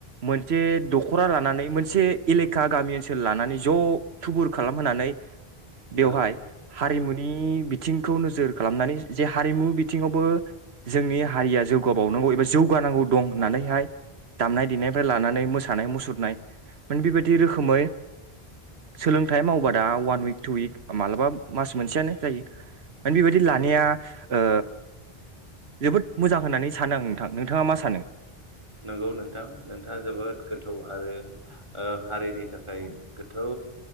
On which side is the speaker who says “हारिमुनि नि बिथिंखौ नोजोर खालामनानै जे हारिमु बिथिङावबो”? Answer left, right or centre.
Right